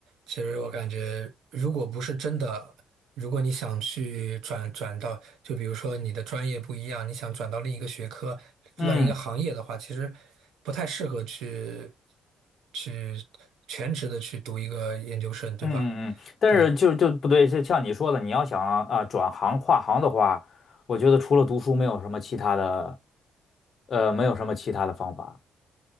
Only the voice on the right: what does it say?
其实我感觉，如果不是真的，如果你想去转转到，就比如说你的专业不一样，你想转到另一个学科、另一个行业的话，
其实不太适合去去全职的去读一个研究生，对吧？
对，